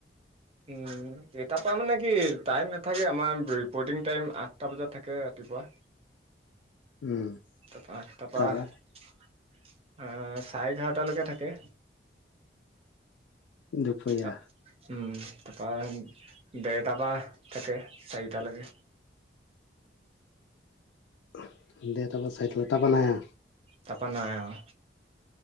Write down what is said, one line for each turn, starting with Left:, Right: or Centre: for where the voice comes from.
Right: উম এ তাৰ পৰা মানে কি টাইম নাথাকে আমাৰ বটিঙ টাইম আঠটা বজাত থাকে ৰাতিপুৱা।
Left: উম
Right: তাৰপা আঠটাহ পৰা
Left: তাৰপা
Right: চাৰে এঘাৰটালৈকে থাকে।
Left: দুপৰীয়া
Right: ত উম তাৰপৰা ডেৰটাৰ পৰা থাকে চাৰিটালৈকে।
Left: <unintelligible>
Right: তাপা নাই আৰু